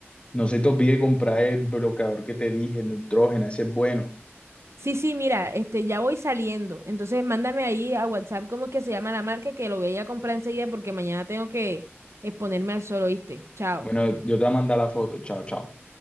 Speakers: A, on the left; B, on the right.
A: no se te olvide comprar el bloqueador que te dije, el nitrógeno, ese es bueno.
B: Sí, sí, mira, este, ya voy saliendo. Entonces, mándame ahí a WhatsApp cómo es que se llama la marca, que lo voy a ir a comprar enseguida porque mañana tengo que exponerme al sol, ¿oíste? Chao.
A: Bueno, yo te voy a mandar la foto. Chao, chao.